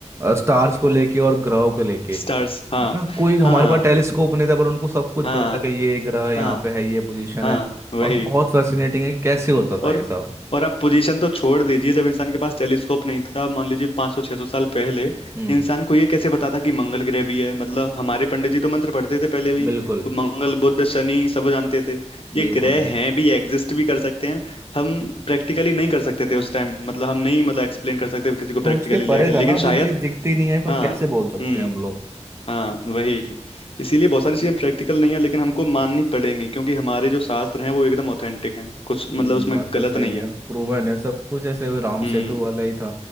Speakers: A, on the right; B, on the left.
A: स्टार्स को लेके और ग्रहों को लेके
B: स्टार्स हाँ
A: है ना कोई हमारे
B: हाँ
A: पास टेलीस्कोप नहीं था पर उनको सब कुछ
B: हाँ
A: पता था कि ये ग्रह यहाँ
B: हाँ
A: पे है ये पोजीशन
B: हाँ
A: है
B: वही
A: और बहुत फैसिनेटिंग है कि कैसे होता था
B: और
A: ये सब
B: और आप पोजीशन तो छोड़ दीजिए जब इंसान के पास टेलीस्कोप नहीं था मान लीजिए 500 600 साल पहले
A: हम्म
B: इंसान को ये कैसे पता था कि मंगल ग्रह भी है मतलब हमारे पंडित जी तो मंत्र पढ़ते थे पहले भी
A: बिल्कुल
B: वो मंगल बुध शनि सब जानते थे ये
A: बिल्कुल
B: ग्रह हैं भी एग्जिस्ट भी कर सकते हैं हम प्रैक्टिकली नहीं कर सकते थे उस टाइम मतलब हम नहीं मतलब एक्सप्लेन कर सकते किसी को प्रैक्टिकली
A: सोच के
B: ले
A: परे
B: आके
A: था
B: लेकिन
A: ना जो
B: शायद
A: चीज दिखती नहीं है फिर
B: हाँ
A: कैसे बोल सकते
B: हम्म
A: हैं हम लोग
B: हाँ वही इसीलिए बहुत सारी चीजें प्रैक्टिकल नहीं है लेकिन हमको माननी पड़ेंगी क्योंकि हमारे जो शास्त्र हैं वो एकदम ऑथेंटिक हैं कुछ मतलब
A: हम्म
B: उसमें
A: बात
B: गलत
A: तो सही
B: नहीं
A: है
B: है
A: प्रूवन है सब कुछ ऐसे वो राम
B: हम्म
A: सेतु वाला ही था